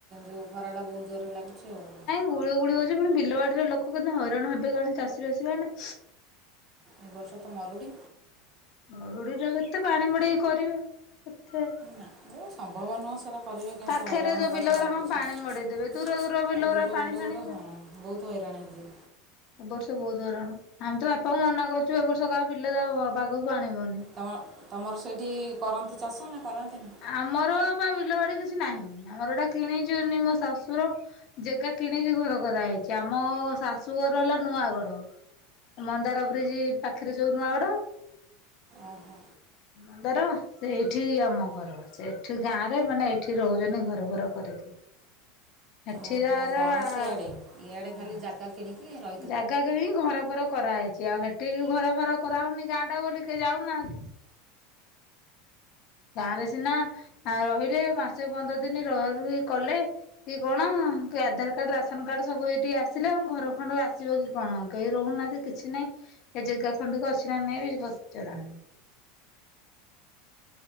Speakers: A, on the right; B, on the left.
A: ଯେଉଁ ଖରାଟା ବହୁତ ଜୋରରେ ଲାଗିଛି ଆଉ।
B: ଗୁଳି ଗୁଳି ହଉଛି ପୁଣି ବିଲବାଡିରେ ଲୋକ କିନ୍ତୁ ହଇରାଣ ହେବେ କା ଚାଷୀ ବାସୀ ମାନେ
A: ଏ ବର୍ଷ ତ ମରୁଡ଼ି
B: ମରୁଡି ଟ କେତେ ପାଣି ମୋଡେଇକି କରିବେ କେତେ
A: ନା ଏ ସମ୍ଭବ ନୁହେଁ ସେଟା କରିବେ କେମିତି
B: ପାଖରେ
A: ହଇରାଣ
B: ଯୋଉ
A: ହେବା
B: ବିଲଗୁରା
A: ଛଡ଼ା ଆଉ
B: ହଁ
A: କିଛି
B: ପାଣି ମଡେଇ ଦେବେ ଦୂର ଦୂର ବିଲଗୁରା
A: ଆଉ ଦୂର
B: ପାଣି
A: ବିଲରେ
B: ଫାଣି
A: ହଁ ବହୁତ ହଇରାଣଛି।
B: ଏବ ବର୍ଷ ବହୁତ ହରାଣ ଆମେ ତ ବାପାଙ୍କୁ ମନା କରୁଛୁ ଏ ବର୍ଷ କାହା ବିଲ ତ ଭାଗକୁୁ ଆଣିବନି।
A: ତମ ତମର ସେଇଠି କରନ୍ତି ଚାଷ ନା କରନ୍ତିନି?
B: ଆମର ବା ବିଲ ବାଡି କିଛି ନାହିଁ ଆମର ଏଟା କିଣି ଯନି ମୋ ଶାଶୁର ଜାଗା କିଣିକି ଘର କରାହେଇଛି ଆମ ଶାଶୁଘର ହେଲା ନୂଆଗଡ। ମନ୍ଦାର ବ୍ରିଜ ପାଖରେ ଯୋଉ ନୂଆ ଗଡ
A: ଓହୁ
B: ନ୍ଦାର ସେଇଠି ଆମ ଘର। ସେଠି ଗାଁ ରେ ମାନେ ଏଇଠି ରହୁଛନ୍ତି ଘର ଫର କରିକି। ଏଠିରାର
A: ଓହୋ ଗାଁ
B: ହଁ।
A: ସିଆଡ଼େ ଇଆଡ଼େ ଖାଲି ଜାଗା କିଣିକି ର
B: ଜାଗା କିଣିକି ଘର ଫର କରାହେଇଛି ଆଉ ସେଠିକି ଘର ଫର କରାହଉନି ଗାଁ ଟା ବୋଲି କେହି ଯାଉନାହାନ୍ତି। ଗାଁରେ ସିନା ରହିଲେ ମାସେ ପନ୍ଦର ଦିନ ରୁହା ରୁହି କଲେ କି କଣ କି ଆଧାର କାର୍ଡ ରାସନ କାର୍ଡ ସବୁ ଏଇଠିକି ଆସିଲେ ଆ ଘର ଖଣ୍ଡ ଆସିବ କି କଣ କେହି ରହୁନାହାନ୍ତି କି ଅଛି ନାଇଁ ସେ ଜାଗା ଖଣ୍ଡିକ ଅଛି ନା ନାଇଁ <unintelligible>